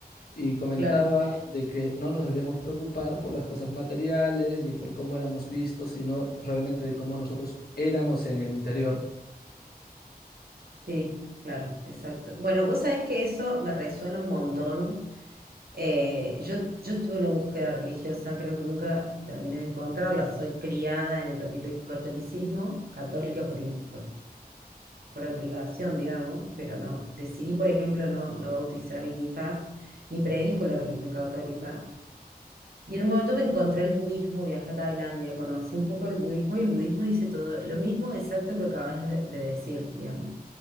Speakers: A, on the left; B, on the right.
A: Y comentaba
B: Claro,
A: de que no nos deberíamos preocupar por las cosas materiales ni por cómo éramos vistos, sino realmente de cómo nosotros éramos en el interior.
B: sí, claro, exacto. Bueno, vos sabés que eso me resuena un montón. Eh, yo, yo tuve una búsqueda religiosa, creo que nunca terminé de encontrarla. Soy criada en el catoli- catolicismo, católica por, in- por, por obligación, digamos, pero no. Decidí, por ejemplo, no, no bautizar a mis hijas, ni predico la religión católica. Y en un momento me encontré el budismo, viajé a Tailandia, conocí un poco el budismo y el budismo dice todo lo mismo exacto que acabas de, de decir, digamos.